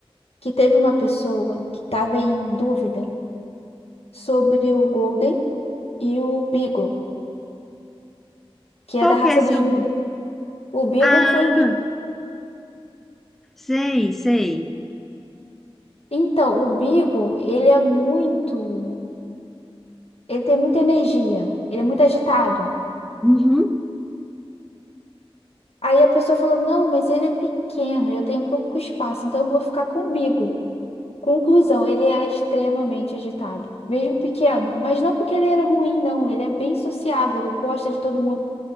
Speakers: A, on the left (about 80°); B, in the centre.
A: que teve uma pessoa que estava em dúvida sobre o Golden e o Beagle, que é
B: Qual
A: da raça
B: que é seu?
A: dos Gnus.
B: bi-
A: O Beagle
B: Ah,
A: foi o que.
B: sei, sei.
A: Então, o Beagle, ele é muito. Ele tem muita energia, ele é muito agitado.
B: Uhum.
A: Aí a pessoa falou: não, mas ele é pequeno, eu tenho pouco espaço, então eu vou ficar com o Bigo. Conclusão, ele era extremamente agitado, mesmo pequeno, mas não porque ele era ruim, não, ele é bem sociável, ele gosta de todo mundo,